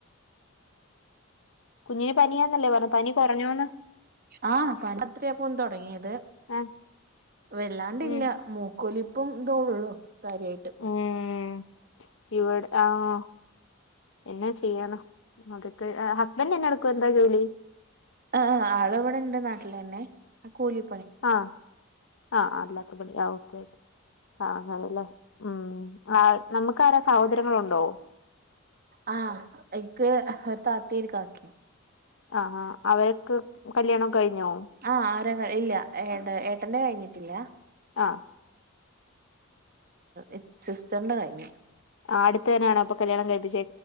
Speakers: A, on the left; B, on the right.
A: കുഞ്ഞിന് പനീയാന്നല്ലേ പറഞ്ഞ പനി കുറഞ്ഞോന്ന്
B: ആഹ പണ്ട് അത്രയാ പോൻ തൊടങ്ങിയത്
A: ആഹ്
B: വെല്ലാണ്ടി
A: ഉം
B: ല്ല കൊലിപ്പും എതോള്ളോ കാര്യമായിട്ട്
A: ഉം ഇവിടെ ആഹ എന്നാ ചെയ്യാനോ അതൊക്കെ ഹസ്ബൻഡന്നെ എടുക്കുവ എന്താ ജോലി
B: ആ് ആള് ഇവ്ടെ ഇണ്ട് നാട്ടിലെന്നെ ആ കൂലി
A: ആ ആ അല്ലാത്തപളി ഓക്കെ ആ അതല്ല ഉം ആ നമുക്ക് ആാരാ സഹോദര്യങ്ങഉണ്ടോ?
B: ആഹ് എക്ക് ഒരു താത്തി കാക്യും.
A: ആ ആ അവരക്ക് കല്യാണം കഴിഞ്ഞോ?
B: ആഹ് ഇല്ല ഏ ഏട്ടന്റെ കഴിഞ്ഞിട്ടില്ല.
A: ആ
B: ഏ സിസ്റ്റർന്റെ കഴിഞ്ഞു.
A: ആ അടുത്തനാണോ അപ്പൊ കല്ല്യാണം കഴപ്പിച്ചേ?